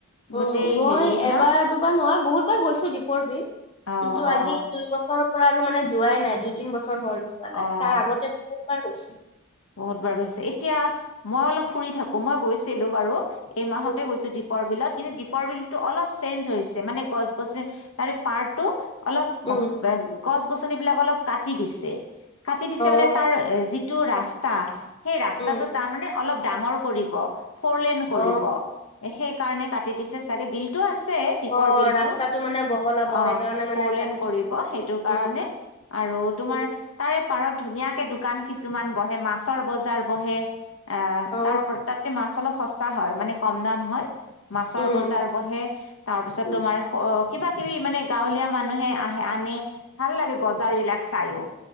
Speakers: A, on the left; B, on the left.
A: গোটেই
B: উম মই
A: হেৰি
B: এবাৰ
A: ন
B: দুবাৰ নহ বহুতবাৰ গৈছো দীপৰ বিল।
A: অ
B: কিন্তু আজি
A: অ
B: দুই বছৰৰত। আৰু মানে যোৱাই নাই দুই তিন বছৰ হল যোৱা নাই
A: অ
B: তাৰ আগতে বহুতবাৰ গৈছো।
A: বহুত বাৰ গৈছে এতিয়া মই অলপ ফুৰি থাকো মই গৈছিলো বাৰু এই মাহতে
B: উম
A: গৈছো। দীপৰ বিলত কিন্তু দীপৰ বিলতটো অলপ চেঞ্জ হৈছে মানে গছ গছে তাৰে পাৰটো। অলপ
B: উম
A: গছ গছনি বিলাক অলপ কাটি দিছে। কাটি দিছে
B: অ
A: মানে তাৰ যিটো ৰাস্তা সেই ৰাস্তাটো
B: উম
A: তাৰ মানে অলপ। ডাঙৰ কৰিব ফৰলেন কৰিব
B: অ
A: সেই কাৰণে কাটি দিছে চাগে বিলটো আছে। দীপৰ
B: অ
A: বিলটো
B: ৰাস্তাটো মানে বহলাব
A: অ
B: সেইকাৰণে মানে
A: হৰলেন
B: কাটি
A: কৰিব
B: থৈছে
A: সেইটো কাৰণে।
B: উম উম
A: আৰু তোমাৰ
B: উম
A: তাৰে পাৰত। ধুনীয়াকে দোকান কিছুমান বহে মাছৰ বজাৰ বহে। আহ
B: অ
A: তাৰ তাতে মাছ অলপ সস্তা হয় মানে কম দাম হয়। মাছৰ
B: উম
A: বজাৰ বহে তাৰ পিছত
B: উম
A: তোমাৰ। কিবা কিবি মানে গাঁৱলীয়া মানুহে আহে আনে ভাল লাগে
B: উম
A: বজাৰ বিলাক চাইও।